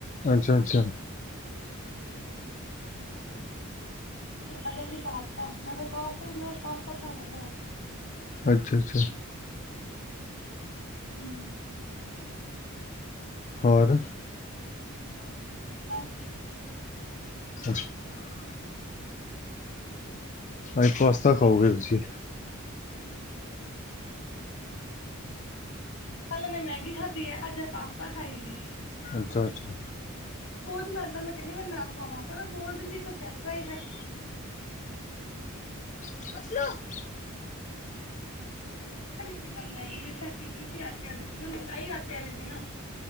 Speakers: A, on the left (about 35°); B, on the left (about 80°).
A: ਅੱਛਾ ਅੱਛਾ
B: ਕਹਿੰਦੀ ਪਾਸਤਾ। ਮੈਂ ਕਿਹਾ ਪਾਸਤਾ ਪਾਸਤਾ ਬਨਾ ਲੈਂਨੇ ਆ। <inaudible>
A: ਅੱਛਾ ਅੱਛਾ
B: ਹੂੰ
A: ਹੋਰ।
B: ਬਸ ਵਧੀਆ
A: <inaudible> ਅਜ ਪਾਸਤਾ ਖਾਓਗੇ ਤੁਸੀਂ।
B: ਕੱਲ ਏਨ੍ਹੇ ਮੈਗੀ ਖਾਧੀ ਏ, ਅੱਜ ਪਾਸਤਾ ਖਾਏਗੀ।
A: ਅੱਛਾ ਅੱਛਾ।
B: ਖੁਦ ਮੈਦਾ ਮੈਂ ਕਹਿਨੀ ਮੈ ਨਾ ਖਵਾਵਾਂ ਪਰ ਬੋਲ ਦਿੰਦੀ ਕੋਛ ਇਸ ਤਰ੍ਹਾਂ ਹੈ ਫਿਰ
A: ਅੱਛਾ
B: ਆਟੇ ਦੀ ਸੀ ਕੱਲ ਮੈਗੀ। ਮੈ ਚੈੱਕ ਕੀਤੀ ਸੀ ਆਟੇ ਆਲੀ ਸੀ। ਮੈ ਮੰਗਾਈ ਆਟੇ ਆਲੀ ਸੀ ਨਾ।